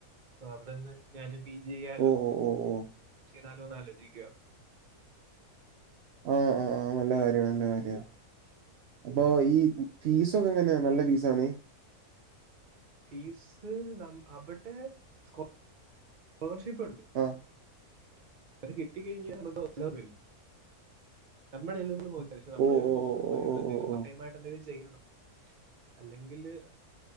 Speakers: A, on the right; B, on the right.
A: ആഹ് അവിടന്ന് ഞാന് പീ ജി ചെയ്യാലൊ
B: ഓ! ഓ! ഓ! ഓ!
A: ചെയ്താലോന്ന് ആലോചിക്ക
B: ആഹ ആഹ് ആഹ് നല്ല കാര്യാണ് നല്ല കാര്യാ അപ്പൊ ഈ ഫീസൊക്കെങ്ങനെ നല്ല ഫീസാണ്
A: ഫീസ് നമ് അവടേ സ്കോളർഷപ്പ്ണ്ട്
B: ആഹ്
A: അത് കിട്ടി കഴ്ഞ്ഞ നമുക്ക് എല്ലാം റെഡി ഇല്ല നമ്മ്ടെ ചിലവുകള് നോക്ക പഷെ നമ്മള്
B: ഓ!
A: ഇവ്
B: ഓ! ഓ!
A: നോക്ക്ണം
B: ഓ! ഓ!
A: എവടെ എന്തേലും
B: ഓ! ഓ!
A: പട്ടയമായ്ട്ട്
B: ഓ!
A: എന്തെങ്കിലും ചെയ്യണം അല്ലെങ്കില്